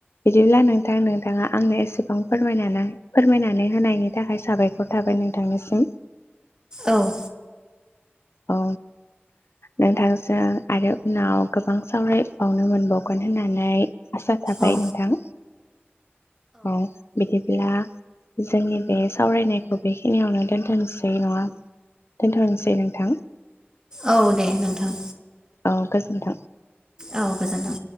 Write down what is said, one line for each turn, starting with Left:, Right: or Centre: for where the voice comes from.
Left: बिदिब्ला नोंथां नोंथाङा आंनो एसेबां फोरमायनाना फोरमायनानै होनायनि थाखाय साबायखर थाबाय नोंथांनिसिम।
Right: औ
Left: औ नोंथांजों आरो उनाव गोबां सावरायबावनो मोनबावगोन होननानै आसा थाबाय
Right: औ
Left: नोंथां औ बि ब्ला जोंनि बे सावरायनायखौ बेखिनियावनो दोनथ'नोसै नङा दोनथ'नोसै नोंथां
Right: औ दे नोंथां
Left: औ गोजोनथों
Right: औ गोजोन्थों